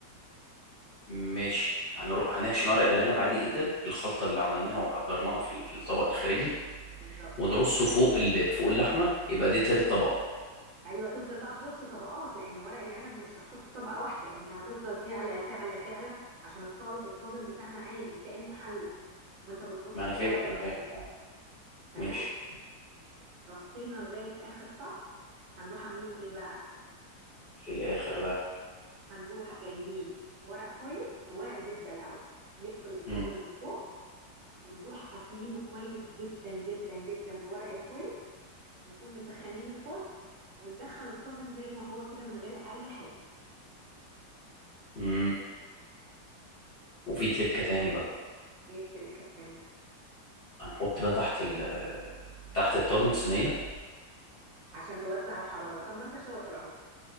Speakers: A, on the left; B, on the right.
A: ماشي هنروح هنحشي ورق العنب عادي جدا بالخلطه اللي عملناها وحضرناها في ال- في الطبق الخارجي
B: بالظبط
A: ونرصه فوق ال... فوق اللحمه يبقى دي تالت طبقه
B: ايوه تفضل بقى ترص طبقات لان ورق العنب مش هتحط طبقة واحدة انت هتفضل تعلى تعلى تعلى عشان الط- الطاجن بتاعنا عالي كأنه حلة وانت بترص
A: ما انا
B: فيها
A: فاهم
B: ورق
A: انا
B: العنب
A: فاهم اه
B: تمام
A: ماشي
B: رصينا لغاية اخر صف هنروح عاملين ايه بقى
A: في الاخر بقى
B: هنروح جايبين ورق فويل ورق زبدة الأول نقفل الطاجن
A: مم.
B: من فوق ونروح قافلينه كويس جدا جدا جدا بورق الفويل ونكون مسخنين الفرن وندخل الطاجن زي ما هو كده من غير أي حاجة
A: مم. وفي تريكة تاني بقى
B: ايه التركة التانية
A: هنحط بقى تحت ال تحت الطاجن صينية
B: عشان توزع الحرارة طب ما انت شاطر اهو